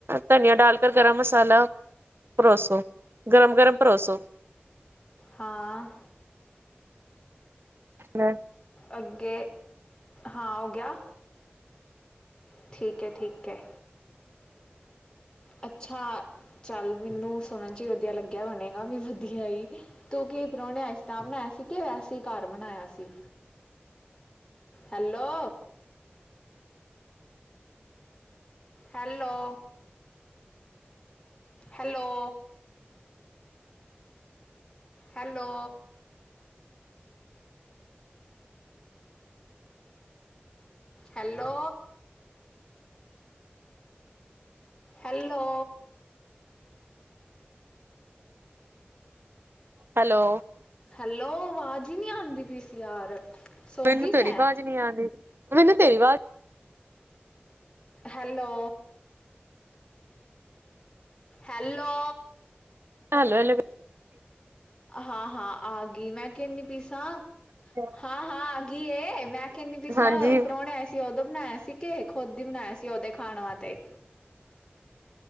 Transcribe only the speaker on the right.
ਧਨੀਆ ਡਾਲ ਕਰ ਗਰਮ ਮਸਾਲਾ, ਪਰੋਸੋ ਗਰਮ- ਗਰਮ ਪਰੋਸੋ।
ਹਮ।
ਹੈਲੋ
ਮੈਨੂੰ
ਤੇਰੀ
ਆਵਾਜ਼ ਨੀ ਆਂਦੀ, ਮੈਨੂੰ ਤੇਰੀ ਆਵਾਜ਼
Hello hello
Hello
ਹਾਂਜੀ